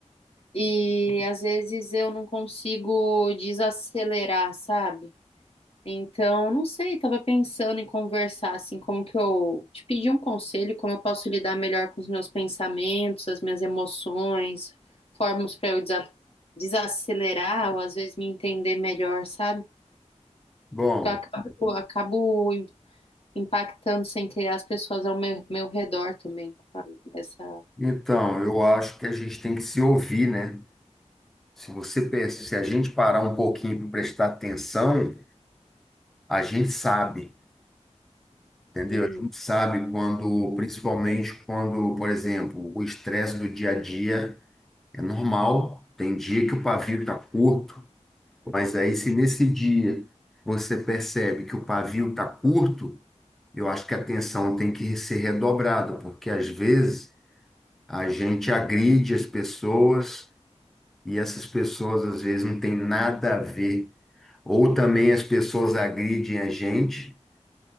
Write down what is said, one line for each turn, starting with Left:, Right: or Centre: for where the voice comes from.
Left: e às vezes eu não consigo desacelerar, sabe? Então, não sei, tava pensando em conversar assim, como que eu te pedir um conselho, como eu posso lidar melhor com os meus pensamentos, as minhas emoções, formas para eu desa- desacelerar ou às vezes me entender melhor, sabe?
Centre: Bom,
Left: que Eu acabo, acabo im- impactando sem querer as pessoas ao meu, meu redor também. com a- Essa,
Centre: então, eu acho que a gente tem que se ouvir, né? Se você pensa, se a gente parar um pouquinho para prestar atenção, a gente sabe, entendeu?
Left: Uhum.
Centre: A gente sabe quando, principalmente quando, por exemplo, o estresse do dia a dia é normal, tem dia que o pavio tá curto, mas aí se nesse dia você percebe que o pavio tá curto, eu acho que a atenção tem que ser redobrada, porque às vezes A gente agride as pessoas e essas pessoas às vezes não têm nada a ver. Ou também as pessoas agridem a gente